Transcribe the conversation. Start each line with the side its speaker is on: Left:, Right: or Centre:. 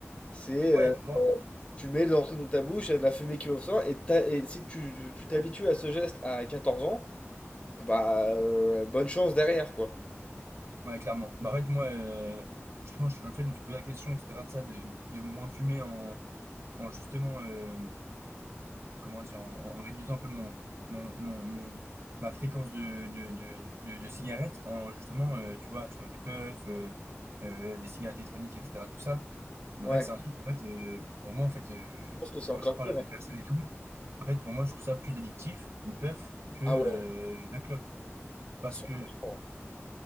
Left: C'est
Right: Ouais,
Left: euh,
Right: moi,
Left: tu mets de l'entrée dans ta bouche, il y a de la fumée qui ressort et, t'as- et si tu tu- tu t'habitues à ce geste à 14 ans, et bah euh, bonne chance derrière quoi.
Right: Ouais, clairement. Bah, en fait, moi, euh, justement, je- le fait, je me suis posé la question, etc., de ça, de, de moins fumer en, en justement, euh, comment dire, en, en réduisant un peu mon, mon, mon, mon- ma fréquence de, de, de, de, de cigarettes, en justement, euh, tu vois, achetant des puffs, euh, euh, des cigarettes électroniques, etc., tout ça. Mais
Left: Ouais,
Right: en fait, c'est
Left: je
Right: un truc, en fait, euh, pour moi, en fait, euh,
Left: pense que c'est
Right: quand
Left: encore
Right: j'en parle
Left: pire.
Right: à des
Left: hein.
Right: personnes et tout, en fait, pour moi, je trouve ça plus addictif, une puff, que
Left: Ah
Right: euh,
Left: ouais,
Right: la clope. Parce
Left: 100%.
Right: que